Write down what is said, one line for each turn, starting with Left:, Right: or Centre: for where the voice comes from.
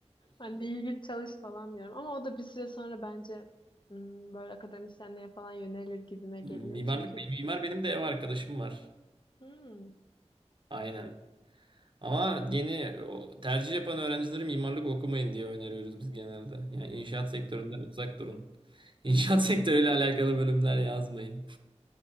Left: Ben de iyi git çalış falan diyorum. Ama o da bir süre sonra bence hmm, böyle akademisyenliğe falan yönelir gibime geliyor.
Right: Mimarlık
Left: Çünkü
Right: benim mimar benim de ev arkadaşım var.
Left: hmm,
Right: Aynen. Ama yeni o, tercih yapan öğrencileri mimarlık okumayın diye öneriyoruz biz genelde. Yani inşaat sektöründen uzak durun. İnşaat <laughs> sektörüyle alakalı bölümler yazmayın.